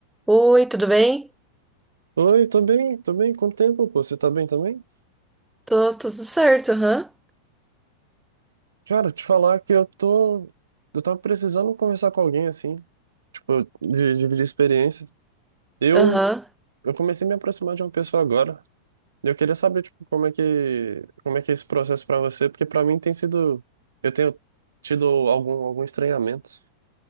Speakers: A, in the centre; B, on the right.
A: Oi, tudo bem?
B: Oi, tô bem, tô bem. Quanto tempo, pô? Você tá bem também?
A: Tô, tô tudo certo, aham.
B: Cara, te falar que eu tô. Eu tava precisando conversar com alguém, assim, tipo, de dividir experiência. Eu,
A: Aham,
B: eu comecei a me aproximar de uma pessoa agora. E Eu queria saber, tipo, como é que, como é que é esse processo pra você, porque pra mim tem sido. Eu tenho tido algum, algum estranhamento.